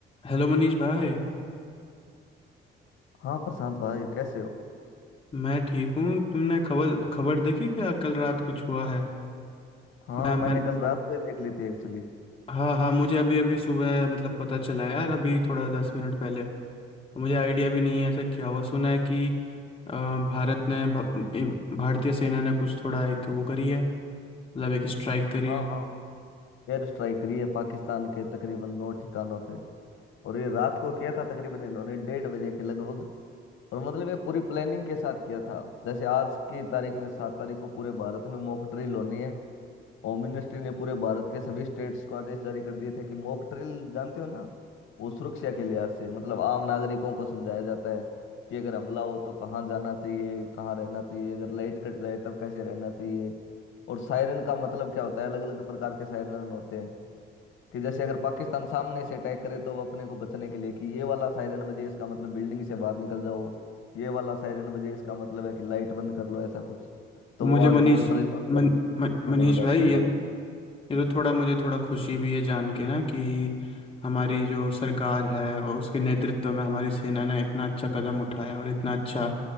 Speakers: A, on the left (about 25°); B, on the left (about 80°).
A: Hello Manish भाई
B: हाँ प्रशांत भाई कैसे हो
A: मैं ठीक हूँ तुमने खबर खबर देखी क्या कल रात कुछ हुआ है
B: हाँ
A: मैं
B: मैंने
A: मैं
B: कल रात को ही देख ली थी एक्चुअली
A: हाँ हाँ मुझे अभी अभी सुबह मतलब पता चला यार अभी थोड़ा दस मिनट पहले मुझे आइडिया भी नहीं है ऐसा क्या हुआ सुना है कि अ, भारत ने भ- ए- भारतीय सेना ने कुछ थोड़ा एक वो करी है मतलब एक स्ट्राइक करी
B: हाँ
A: है
B: हाँ एयर स्ट्राइक करी है पाकिस्तान के तकरीबन नौ ठिकानों पे और ये रात को किया था तकरीबन इन्होंने डेढ़ बजे के लगभग और मतलब ये पूरी प्लानिंग के साथ किया था जैसे आज की तारीख में सात तारीख को पूरे भारत में मॉक ड्रिल होनी है होममिनिस्ट्री ने पूरे भारत के सभी स्टेट्स को आदेश जारी कर दिए थे कि मॉक ड्रिल जानते हो ना वो सुरक्षा के लिहाज से मतलब आम नागरिकों को समझाया जाता है कि अगर हमला हो तो कहाँ जाना चाहिए कहाँ रहना चाहिए अगर लाइट कट जाए तब कैसे रहना चाहिए और सायरन का मतलब क्या होता है अलग अलग प्रकार के सायरन होते हैं कि जैसे अगर पाकिस्तान सामने से अटैक करे तो वो अपने को बचने के लिए कि ये वाला सायरन बजे इसका मतलब बिल्डिंग से बाहर निकल जाओ ये वाला सायरन बजे इसका मतलब है कि लाइट बंद कर लो ऐसा कुछ तो
A: तो मुझे
B: वो आज
A: मनीष
B: मॉक ड्रिल होने
A: मन,
B: वाले
A: मन, मनीष
B: होने वाला है
A: भाई
B: पूरे
A: ये
B: भारत में
A: ये तो थोड़ा मुझे थोड़ा खुशी भी है जान के ना कि हमारी जो सरकार है और उसके नेतृत्व में हमारी सेना ने इतना अच्छा कदम उठाया और इतना अच्छा